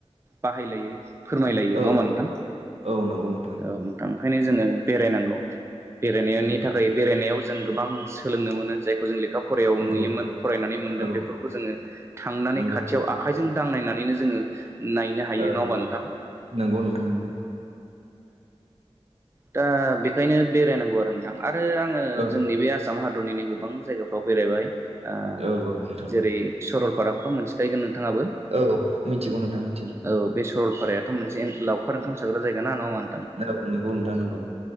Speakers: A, on the right (about 25°); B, on the right (about 65°).
A: बाहाय लायो फोरमाय लायो
B: औ
A: नङा होनबा नोंथां?
B: औ नंगौ नोंथां
A: औ नोंथां। ओंखायनो जोङो बेरायनांगौ बेरायनायनि
B: औ
A: थाखाय बेरायनायाव जों गोबां सोलोंनो मोनो जाय जों लेखा फरायाव
B: नंगौ
A: नुयोमोन फरायनानै मोनदों
B: औ
A: बेफोरखौ जोङो थांनानै
B: नंगौ
A: खाथियाव
B: नोंथां
A: आखाइजों दांनायनानै जोङो नायनो हायो
B: औ
A: नङा होनबा
B: औ
A: नोंथां
B: नंगौ नोंथां नंगौ
A: दा बेखायनो बेरायनांगौ आरो नोंथां आरो आङो
B: औ
A: जोंनि बे आसाम हादरनिनो गोबां जायगाफ्राव बेरायबाय। ओ
B: औ औ नोंथां
A: जेरै सरलपाराखौथ' मोनथिखायगोन नों- नोंथांआबो
B: औ मिथिगौ नोंथां मिथिगौ
A: औ बेस- सरलपारायाथ' मोनसे लावखार ओंखाम जाग्रा जायगाना नङा होनबा
B: औ नंगौ नोंथां नंगौ